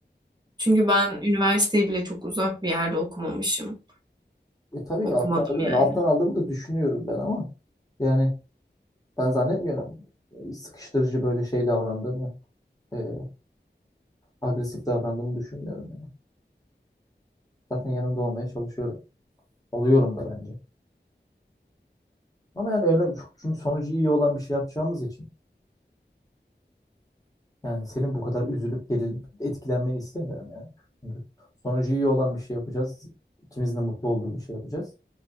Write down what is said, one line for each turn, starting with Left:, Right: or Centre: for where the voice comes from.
Right: Çünkü ben üniversiteyi bile çok uzak bir yerde okumamışım.
Left: E tabii
Right: Okumadım
Left: ki alttan alıyorum.
Right: yani.
Left: Alttan aldığımı da düşünüyorum ben ama yani ben zannetmiyorum e, sıkıştırıcı böyle şey davrandığımı, e, agresif davrandığımı düşünmüyorum yani. Zaten yanında olmaya çalışıyorum. Oluyorum da bence. Ama yani önemli, çünkü sonucu iyi olan bir şey yapacağımız için yani senin bu kadar üzülüp gerilip etkilenmeni istemiyorum yani. Çünkü sonucu iyi olan bir şey yapacağız. İkimizin de mutlu olduğu bir şey yapacağız.